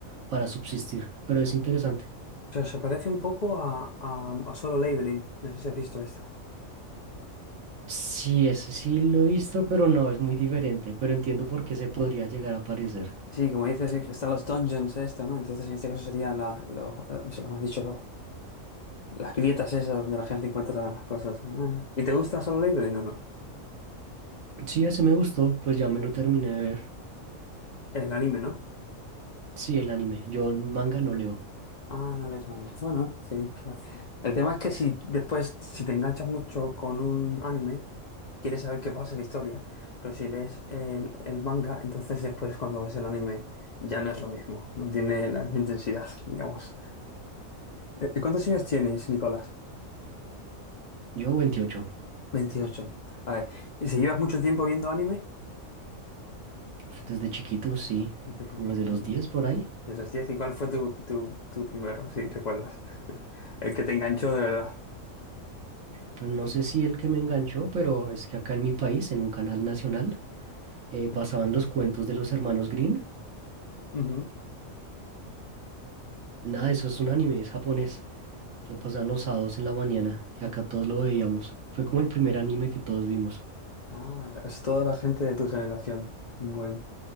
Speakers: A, on the right (about 75°); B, on the left (about 60°).
A: para subsistir. Pero es interesante.
B: O sea, se parece un poco a, a, a Solo Leveling. No sé si has visto esta.
A: Sí, ese sí lo he visto, pero no, es muy diferente, pero entiendo por qué se podría llegar a parecer.
B: Sí, como dices, están los dungeons esto, ¿no? Entonces, en este caso serían la, lo, eh, se lo hemos dicho, Las grietas esas donde la gente encuentra las cosas. Ah. ¿Y te gusta Solo Leveling o no?
A: Sí, ese me gustó, pues ya me lo terminé de ver.
B: El anime, ¿no?
A: Sí, el anime. Yo manga no leo.
B: Ah, no les manga. Bueno, sí. claro. El tema es que si después, si te enganchas mucho con un anime, quieres saber qué pasa en la historia, pero si lees el, el manga, entonces después cuando ves el anime ya no es lo mismo, no tiene la misma intensidad, digamos. Eh, ¿Cuántos años tienes, Nicolás?
A: Yo 28.
B: 28, ¿no? Vale. ¿Y si llevas mucho tiempo viendo anime?
A: Uf, Desde chiquito, sí,
B: Yo creo
A: como
B: que
A: desde
B: un
A: los 10 por ahí.
B: De los diez ¿y cuál fue tu, tu, tu primero, si recuerdas? <laughs> El que te enganchó de verdad.
A: Pues no sé si el que me enganchó, pero es que acá en mi país, en un canal nacional, eh, pasaban
B: Joder.
A: los cuentos de los hermanos Green
B: Ujú.
A: nada, eso es un anime, es japonés. Lo pasaban los sábados en la mañana y acá todos lo veíamos. Fue como el primer anime que todos vimos.
B: Ah, es toda la gente de tu generación. Bueno.